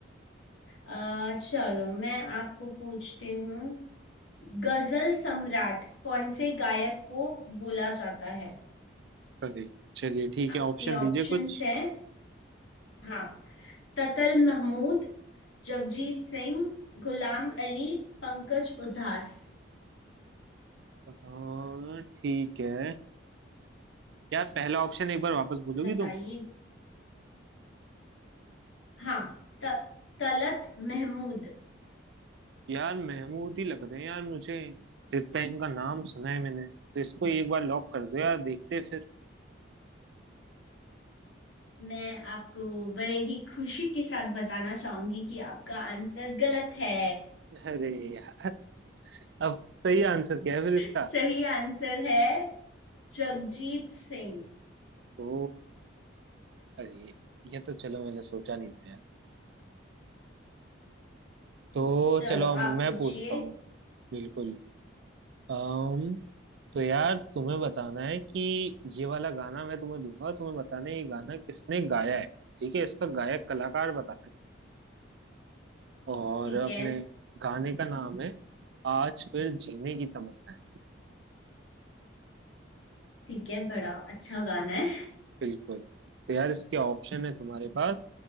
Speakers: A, on the left; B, on the right.
A: अ, चलो मैं आपको पूछती हूँ गजल सम्राट कौन से गायक को बोला जाता है
B: अरे चलिए ठीक
A: आपके
B: है ऑप्शन
A: ऑप्शंस
B: दीजिए कुछ
A: है हाँ ततल महमूद जगजीत सिंह गुलाम अली पंकज उधास
B: हाँ ठीक है यार पहला ऑप्शन एक बार वापस बोलोगी
A: बताइए
B: तुम
A: हाँ त, तलत महमूद
B: यार महमूद ही लग रहे हैं यार मुझे जितना इनका नाम सुना है मैंने तो इसको एक बार लॉक कर दो यार देखते हैं फिर
A: मैं आपको बड़े ही खुशी के साथ बताना चाहूंगी कि आपका आंसर गलत है
B: अरे यार अब सही आंसर क्या है फिर इसका
A: सही आंसर है जगजीत सिंह
B: ओ अरे ये तो चलो मैंने सोचा नहीं था यार तो
A: चलो
B: चलो अब
A: आप
B: मैं
A: पूछिए
B: पूछता हूँ बिल्कुल अम्म तो यार तुम्हें बताना है कि ये वाला गाना मैं तुम्हें दूंगा तुम्हें बताना है ये गाना किसने गाया है ठीक है इसका गायक कलाकार बताना है और
A: ठीक
B: अपने
A: है
B: गाने का नाम है आज फिर जीने की तमन्ना है
A: ठीक है बड़ा अच्छा गाना है
B: बिल्कुल तो यार इसके ऑप्शन है तुम्हारे पास